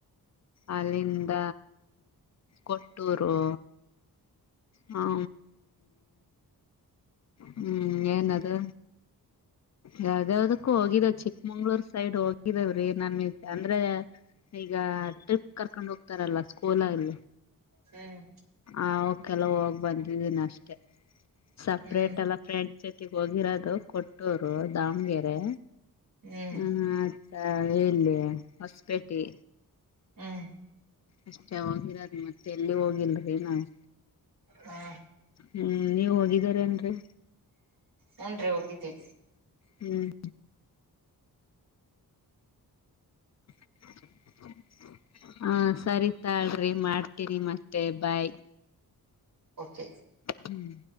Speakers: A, on the left; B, on the right.
A: ಅಲ್ಲಿಂದ ಕೊಟ್ಟೂರು. ಹ್ಮ ಹ್ಮ್ ಏನ ಅದು. ಯಾವ್ದ ಯಾವ್ದಕ್ಕೂ ಹೋಗಿದವ ಚಿಕ್ಕಮಂಗ್ಳೂರ್ ಸೈಡ್ ಹೋಗಿದೇವ್ರಿ ನಮಗೆ ಅಂದ್ರ. ಈಗ ಟ್ರಿಪ್ ಕರ್ಕೊಂಡ್ ಹೋಗ್ತಾರಲ್ಲ ಸ್ಕೂಲಲ್ಲಿ
B: ಹ್ಮ್
A: ಆ ಕೆಲ ಹೋಗ್ ಬಂದಿದ್ದೀನ ಅಷ್ಟೆ ಸಪ್ರೇಟ್
B: ಹ್ಮ್
A: ಎಲ್ಲ. ಫ್ರೆಂಡ್ ಜೊತೆಗ್ ಹೋಗಿರೋದು ಕೊಟ್ಟೂರು ದಾವಣಗೆರೆ
B: ಹ್ಮ್ ಹ್ಮ್
A: ಆ. ಅ ಇಲ್ಲಿ ಹೊಸಪೇಟೆ.
B: ಹ್ಮ್
A: ಅಷ್ಟೇ ಹೋಗಿರದು ಮತ್ತೆ ಎಲ್ಲಿ ಹೋಗಿಲ್ರಿ ನಾವು.
B: ಹಾ.
A: ಹ್ಮ್ ನೀವ ಹೋಗಿದಾರೇಏನ್ರರಿ.
B: ಹುನ್ರಿ ಹೋಗಿದ್ದಿ.
A: ಹ್ಮ್. <inaudible> ಹಾ ಸರಿತಾಳ್ರಿ ಮಾಡ್ತೀರಿ ಮತ್ತೆ ಬಾಯ್.
B: ಓಕೆ.
A: ಹ್ಮ್.